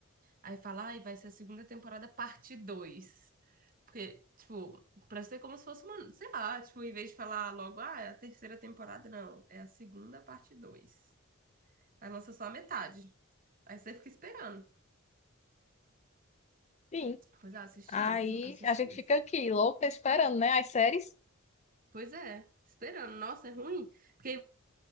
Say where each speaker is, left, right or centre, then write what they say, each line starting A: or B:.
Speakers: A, on the right (about 40°); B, on the left (about 30°).
A: Aí fala, ai, vai ser a segunda temporada parte dois, Porque, tipo, pra ser como se fosse uma. Sei lá, tipo, em vez de falar logo, ah, é a terceira temporada, não. É a segunda parte 2. Aí lança só a metade. Aí você fica esperando.
B: Sim.
A: Pois é, assisti.
B: Aí
A: Assisti
B: a gente
A: esse.
B: fica aqui, louca, esperando, né? As séries.
A: Pois é, esperando. Nossa, é ruim. Porque aí